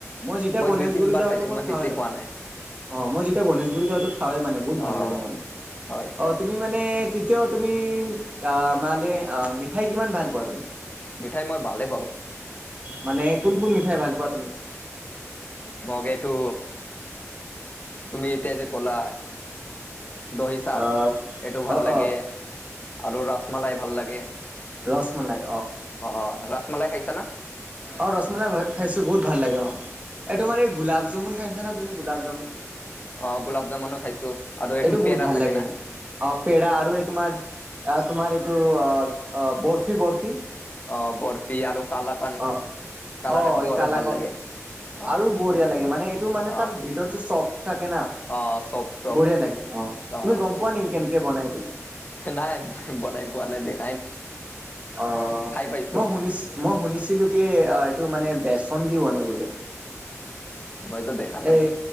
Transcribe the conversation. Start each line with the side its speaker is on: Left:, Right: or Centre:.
Right: মই যেতিয়া গণেশগুৰি
Left: দুই তিনবাৰ
Right: যাওঁ,
Left: খাইছো
Right: সেইটো মই খাওঁৱেই।
Left: বেছি খোৱা নাই
Right: অ', মই যেতিয়া গণেশগুৰি যাওঁ, এইটো খাওঁৱেই মানে বহুত ভাল
Left: অ
Right: লাগে মানে,
Left: হয়
Right: অ', তুমি মানে তেতিয়াও তুমি, অ', মালে মিঠাই কিমান ভাল পোৱা তুমি?
Left: মিঠাই মই ভালেই পাওঁ।
Right: মানে কোন কোন মিঠাই ভাল পোৱা তুমি?
Left: মগ এইটো। তুমি এতিয়া যে ক'লা? দহিচাট
Right: অ
Left: এইটো ভাল
Right: অ
Left: লাগে
Right: অ
Left: আৰু ৰসমালাই ভাল লাগে।
Right: ৰচমলাই।
Left: অ', ৰাচমলাই খাইছা ন।
Right: অ', ৰচমলাই খাইছো, বহুত ভাল লাগে অ'। এই তোমাৰ এই গোলাপ জামুন খাইছা না তুমি? গোলাপ জামুন।
Left: অ', গোলাপ জামুনো খাইছো আৰু
Right: এইটো বহুত
Left: পেৰা
Right: ভাল
Left: থাকে
Right: লাগে
Left: না
Right: মোৰ। অ' পেৰা আৰু এই তোমাৰ আহ তোমাৰ এইটো অ' অ', বৰ্ফি বৰ্ফি!
Left: অ', বৰফি আৰু কালাকান
Right: অ',
Left: কালাকানটো
Right: অ',
Left: আৰু
Right: কালাগন।
Left: ভাল লাগে অ
Right: আৰু বঢ়িয়া লাগে মানে এইটো মানে
Left: অ
Right: তাৰ ভিতৰত যে চফ থাকে না
Left: অ চব চব
Right: বঢ়িয়া লাগে না।
Left: অ
Right: তুমি গ'ম পোৱা নেকি কেনেকে বনাই এইটো?
Left: নাই বনাই পোৱা নাই দেখ
Right: অ',
Left: পাইছো
Right: মই শুনিছ মই শুনিছিলো কি অ' এইটো মানে বেচন দি বনাই বোলে।
Left: মইতো দেখা নাই।
Right: এই